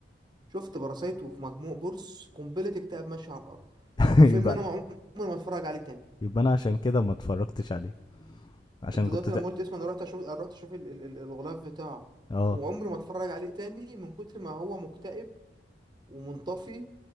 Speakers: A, on the right; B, on the left.
A: شفت باراسايت وفي مجموع بورس قنبلة اكتئاب ماشية على الأرض
B: <laughs>
A: وفيلم
B: يبقى
A: أنا
B: انا
A: عمري ما اتفرج عليه تاني
B: يبقى انا عشان كده ما اتفرجتش عليه عشان
A: انت
B: كنت
A: دلوقتي
B: تق...
A: لما قلت اسمه انا رحت اشوف رحت اشوف ال- ال- ال- الغلاف بتاعه
B: اه
A: وعمري ما اتفرج عليه تاني من كتر ما هو مكتئب ومنطفي